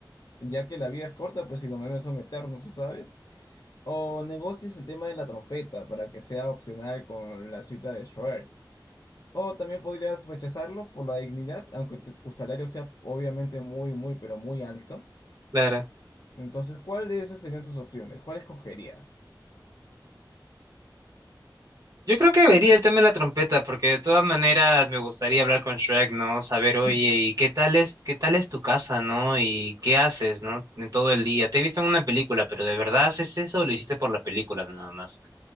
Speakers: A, on the left; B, on the right.
A: ya que la vida es corta, pues si los memes son eternos, ¿o sabes? ¿O negocias el tema de la trompeta para que sea opcional con la suite de Schubert? O también podrías rechazarlo por la dignidad, aunque te- tu salario sea obviamente muy, muy, pero muy alto.
B: Claro.
A: Entonces, ¿cuál de esas serían tus opciones? ¿Cuál escogerías?
B: Yo creo que vería el tema de la trompeta, porque de todas maneras me gustaría hablar con Shrek, ¿no? Saber, oye,
A: <laughs>
B: ¿y qué tal es, qué tal es tu casa, ¿no? ¿Y qué haces, ¿no? En todo el día. Te he visto en una película, pero ¿de verdad haces eso o lo hiciste por la película nada más?